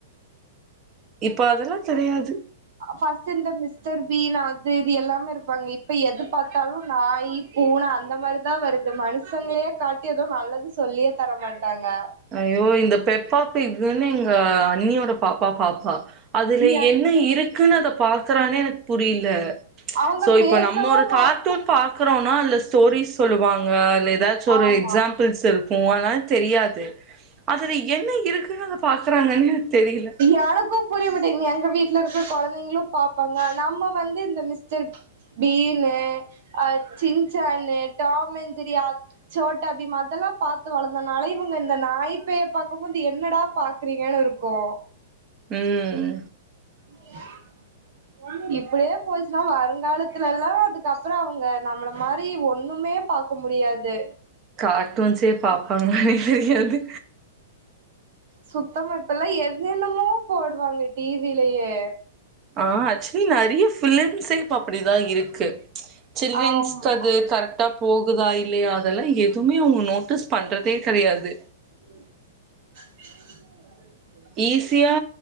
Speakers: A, on the right; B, on the right.
A: இப்ப அதெல்லா கெடயாது
B: ஃபர்ஸ்ட்டு இந்த மிஸ்டர் பீன் அது இது எல்லாமே இருப்பாங்க இப்ப எது பாத்தாலும் நாயி பூன அந்த மாரிதா வருது மனுஷங்ளே காட்டி எது நல்லது சொல்லியே தரமாட்டாங்க
A: ஐய்யோ இந்த பெப்பா பிக்குன்னு எங்க அண்ணியோட பாப்பா பாப்பா அதுல
B: யங்
A: என்ன இருக்குன் அத பாக்குறானே எனக்கு புரியில
B: அவங்க
A: சோ இப்ப
B: பேசவு
A: நம்ம ஒரு
B: மாட்ட
A: கார்ட்டூன் பாக்குறானா அதுல ஸ்டோரிஸ் சொல்லுவாங்க இல்ல எதாச்சும் ஒரு
B: ஆமா
A: எக்ஸாம்பிள்ஸ் இருக்கும் ஆனா தெரியாது அதுல என்ன இருக்குன்னு அத பாக்குறாங்கன்னு எனக்கு தெரியல.
B: எனக்கு புரிய மாட்டீங்குது எங்க வீட்ல இருக்க கொழந்தைங்களும் பாப்பாங்க நம்ம வந்து இந்த மிஸ்டர் பீமு அ சின்சான்னு டாமெஞ்சிரி அத் சோட்டா பீம் அதெல்லா பாத்து வளந்தன் னால இவுங்க இந்த நாய்ப்பேய பாக்கும்போது என்னடா பாக்குறீங்கன் இருக்கு
A: ம்
B: <inaudible> இப்படியே போச்சுன்னா வருங்காலத்துல எல்லா அதுக்கப்புறோ அவங்க நம்மள மாரி ஒண்ணுமே பாக் க்கு முடியாது
A: கார்ட்டூன்ஸே பாப்பாங்களானே தெரியாது
B: சுத்தமா இப்பெல்லா என்னென்னமோ போட்றாங்க டி விலயே
A: ஆ ஆக்சுவ்லி நெறயா ஃபிலிம்ஸே இப்ப அப்டிதா இருக்கு சில்ட்ரன்ஸ்க்கு
B: ஆமாமா
A: அது கரெக் ட்டா போகுதா இல்லயா அதெல்லாம் எதுவுமே அவங்க நோட்டீஸ் பண்றதே கெடயாது
B: உ
A: ஈஸியா